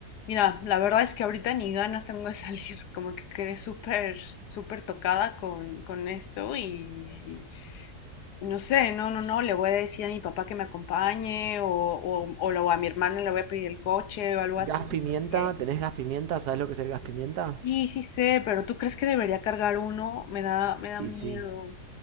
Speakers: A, on the left (about 85°); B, on the right (about 80°).
A: Mira, la verdad es que ahorita ni ganas tengo de salir, como que quedé súper, súper tocada con, con esto y no sé, no, no, no, le voy a decir a mi papá que me acompañe o, o, o lo- a mi hermana le voy a pedir el coche o algo así,
B: gas pimienta,
A: porque
B: ¿tenés gas pimienta? ¿Sabés lo que es el gas pimienta?
A: sí, sí sé, pero ¿tú crees que debería cargar uno? Me da, me da
B: Y
A: miedo.
B: sí,